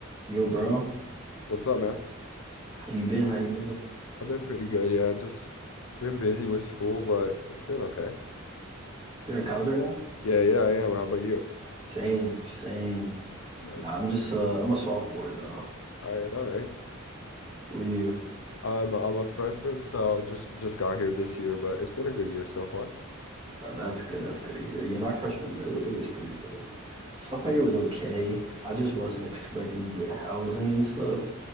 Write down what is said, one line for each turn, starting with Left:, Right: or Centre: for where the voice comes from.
Right: Yo, bro,
Left: What's up, man?
Right: how you been? How you been?
Left: I've been pretty good, yeah. Just been busy with school, but it's been okay.
Right: You're in college right now?
Left: Yeah, yeah, I am. How about you?
Right: Same, same.
Left: Nice,
Right: Nah,
Left: man.
Right: I'm just uh, I'm a sophomore though.
Left: All right, all right.
Right: What are you?
Left: I'm I'm a freshman, so just just got here this year, but it's been a good year so far.
Right: Uh, that's good. That's good to hear. Yeah, my freshman year it was pretty good. Sophomore year was okay. I just wasn't expecting to get housing and stuff.